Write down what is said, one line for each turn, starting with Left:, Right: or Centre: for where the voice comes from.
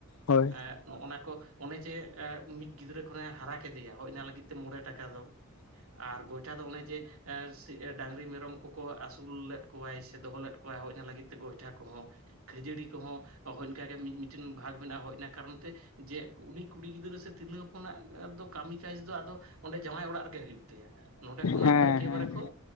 Left: ᱦᱳᱭ
Right: ᱮᱸᱜ ᱱᱚᱜᱱᱟ ᱠᱚ ᱚᱱᱮ ᱡᱮ ᱮᱸ ᱢᱤᱫ ᱜᱤᱫᱽᱨᱟᱹ ᱠᱷᱚᱱᱮ ᱦᱟᱨᱟ ᱠᱮᱫᱮᱭᱟ ᱦᱚᱡᱱᱟ ᱞᱟᱹᱜᱤᱫ ᱛᱮ ᱢᱚᱬᱮ ᱴᱟᱠᱟ ᱫᱚ ᱾
Left: <unintelligible>
Right: ᱟᱨ ᱜᱚᱭᱴᱷᱟ ᱫᱚ ᱚᱱᱮ ᱡᱮ ᱮᱥ ᱥᱤ ᱮᱸ ᱰᱟᱝᱨᱤ ᱢᱮᱨᱚᱢ ᱠᱚᱠᱚ ᱟᱹᱥᱩᱞ ᱞᱮᱫ ᱠᱚᱣᱟᱭ ᱥᱮ ᱫᱚᱦᱚ ᱞᱮᱫ ᱠᱚᱣᱟᱭ ᱦᱚᱡᱱᱟ ᱞᱟᱹᱜᱤᱫ ᱛᱮ ᱜᱚᱭᱴᱷᱟ ᱠᱚᱦᱚᱸ᱾ ᱠᱷᱟᱹᱡᱟᱹᱲᱤ ᱠᱚᱦᱚᱸ ᱦᱚᱱᱠᱟ ᱜᱮ ᱢᱤᱼᱢᱤᱴᱮᱱ ᱵᱷᱟᱜᱽ ᱢᱮᱱᱟᱜᱼᱟ, ᱦᱚᱡᱱᱟ ᱠᱟᱨᱚᱱ ᱛᱮ ᱡᱮ ᱩᱱᱤ ᱠᱩᱲᱤ ᱜᱤᱫᱽᱨᱟᱹ ᱥᱮ ᱛᱤᱨᱞᱟᱹ ᱦᱚᱯ ᱠᱚᱱᱟᱜ ᱫᱚᱯ ᱠᱟᱹᱢᱤ ᱪᱟᱭᱮᱥ ᱫᱚ ᱟᱫᱚ ᱚᱸᱰᱮ ᱡᱟᱶᱟᱭ ᱚᱲᱟᱜ ᱨᱮᱜᱮ ᱦᱩᱭᱩᱜ ᱛᱟᱭᱟ ᱱᱚᱸᱰᱮ ᱠᱷᱚᱱᱟᱜ
Left: ᱦᱮᱸ
Right: ᱫᱚ ᱮᱠᱮᱵᱟᱨᱮ
Left: ᱦᱮᱸ
Right: ᱠᱚ